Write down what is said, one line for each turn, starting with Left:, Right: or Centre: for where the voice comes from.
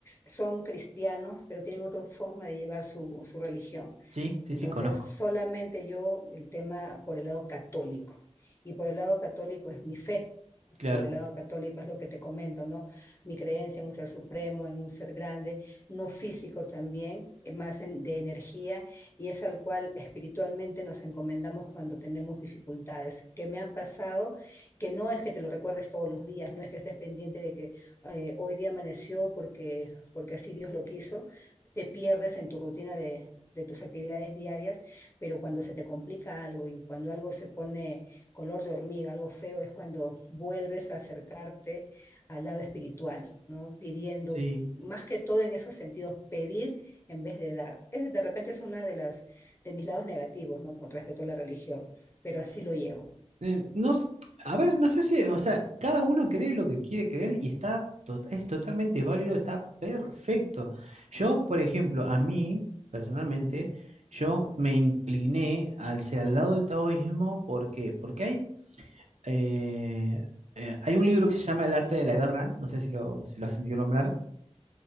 Left: son cristianos, pero tienen otra forma de llevar su, su religión.
Right: sí, sí,
Left: Entonces,
Right: sí, conozco.
Left: solamente yo el tema por el lado católico. Y por el lado católico es mi fe,
Right: Claro,
Left: por el lado católico es lo que te comento, ¿no? Mi creencia en un ser supremo, en un ser grande, no físico también, es más en- de energía, y es al cual espiritualmente nos encomendamos cuando tenemos dificultades que me han pasado, que no es que te lo recuerdes todos los días, no es que estés pendiente de que eh, hoy día amaneció porque, porque así Dios lo quiso, te pierdes en tu rutina de de tus actividades diarias, pero cuando se te complica algo y cuando algo se pone color de hormiga, algo feo, es cuando vuelves a acercarte al lado espiritual, ¿no? Pidiendo,
Right: sí.
Left: más que todo en esos sentidos, pedir en vez de dar. Es, de repente es una de las de mis lados negativos, ¿no? Con respecto a la religión, pero así lo llevo.
Right: eh, no, s- a ver, no sé si, o sea, cada uno cree lo que quiere creer y está, to- es totalmente válido, está perfecto. Yo, por ejemplo, a mí, personalmente, yo me incliné hacia el lado del taoísmo, ¿por qué? Porque hay, eh, eh, hay un libro que se llama El arte de la guerra, no sé si lo, si lo has sentido nombrar.